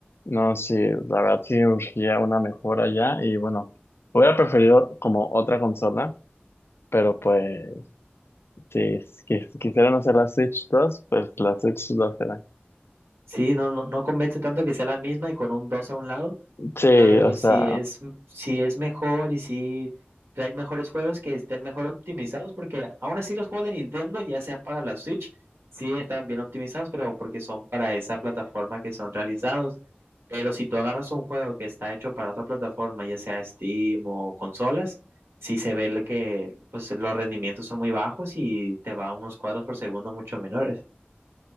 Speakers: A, on the left; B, on the right.
A: No, sí, la verdad sí urgía una mejora ya y bueno, hubiera preferido como otra consola, pero pues... Sí, es que si quisieran hacer las Switch 2 pues las Switch 2 serán.
B: Sí, no, no, no convence tanto que sea la misma y con un 2 a un lado.
A: Sí,
B: Pero
A: o sea,
B: si es, si es mejor y si trae mejores juegos que estén mejor optimizados, porque aún así los juegos de Nintendo, ya sea para la Switch, sí están bien optimizados, pero porque son para esa plataforma que son realizados. Pero si tú agarras un juego que está hecho para otra plataforma, ya sea Steam o consolas, sí se ve el que pues, los rendimientos son muy bajos y te va a unos cuadros por segundo mucho menores.